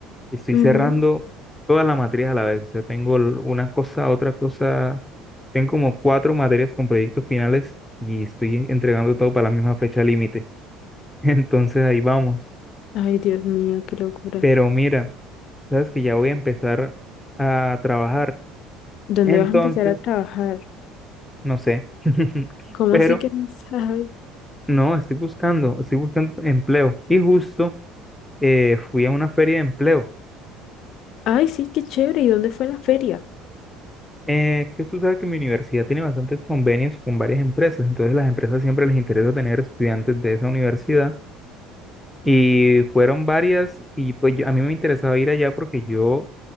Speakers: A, in the centre; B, on the left (about 50°).
A: Estoy
B: Ujú.
A: cerrando todas las materias a la vez. O sea, tengo l- una cosa, otra cosa. Tengo como cuatro materias con proyectos finales y estoy entregando todo para la misma fecha límite. <laughs> Entonces ahí vamos.
B: Ay, Dios mío, qué locura.
A: Pero mira, sabes que ya voy a empezar a trabajar.
B: ¿Dónde
A: Entonces,
B: vas a empezar a trabajar?
A: no sé. <laughs>
B: ¿Cómo
A: Pero
B: así que no sabes?
A: no, estoy buscando, estoy buscando empleo. Y justo eh, fui a una feria de empleo.
B: Ay, sí, qué chévere. ¿Y dónde fue la feria?
A: Eh, que tú sabes que mi universidad tiene bastantes convenios con varias empresas, entonces las empresas siempre les interesa tener estudiantes de esa universidad y fueron varias y pues yo- a mí me interesaba ir allá porque yo